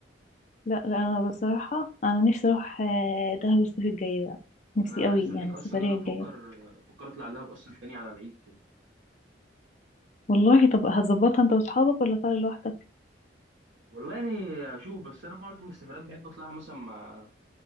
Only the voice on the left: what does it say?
لا لا أنا بصراحة أنا نفسي أروح آه، دهب الصيف الجاي بقى نفسي
قوي
يعني
السفرية
الجاية
والله طب هتظبطها أنت وأصحابك ولا طالع لوحدك؟